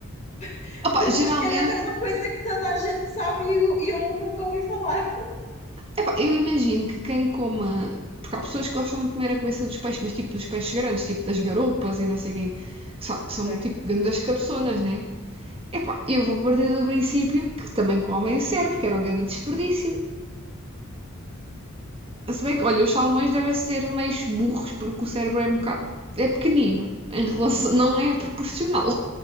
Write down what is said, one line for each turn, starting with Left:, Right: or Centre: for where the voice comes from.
Left: <laughs>
Right: Opa,
Left: porque
Right: geralmente,
Left: se calhar é uma coisa que toda a gente sabe e eu, eu nunca ouvi falar.
Right: epá, eu imagino que quem coma. Porque há pessoas que gostam muito de comer a cabeça dos peixes, mas tipo dos peixes grandes, tipo das garoupas e não sei o quê, que são, que
Left: Ok,
Right: são tipo grandes cabeçonas, né? Epá, eu vou partir do princípio que também comem o cérebro, que era um grande desperdício. Se bem que, olha, os salmões devem ser meio burros, porque o cérebro é um bocado. é pequenino, em relação. não é proporcional.